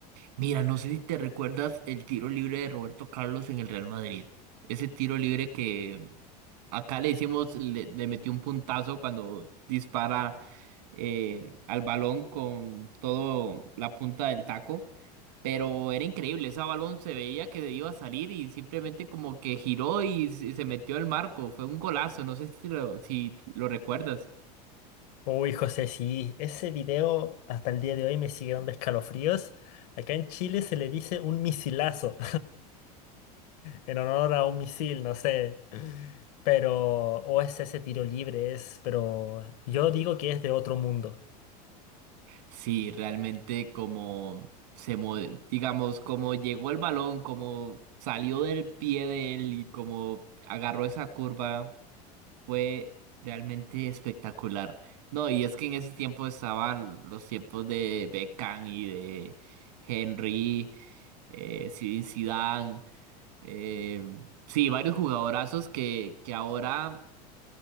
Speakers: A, on the right (about 80°); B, on the left (about 70°).
A: Mira, no sé si te recuerdas el tiro libre de Roberto Carlos en el Real Madrid. Ese tiro libre que acá le decimos, le, le metió un puntazo cuando dispara eh, al balón con todo la punta del taco. Pero era increíble, ese balón se veía que iba a salir y simplemente como que giró y, se y se metió el marco. Fue un golazo, no sé si lo, si lo recuerdas.
B: Uy, José, sí, ese video hasta el día de hoy me sigue dando escalofríos. Acá en Chile se le dice un misilazo. en honor a un misil, no sé. Pero, o es ese tiro libre, es, pero yo digo que es de otro mundo.
A: Sí, realmente como se mo- digamos, como llegó el balón, como salió del pie de él y como agarró esa curva, fue realmente espectacular. No, y es que en ese tiempo estaban los tiempos de Beckham y de Henry, eh, Zinedine Zidane, eh, sí, varios jugadorazos que, que ahora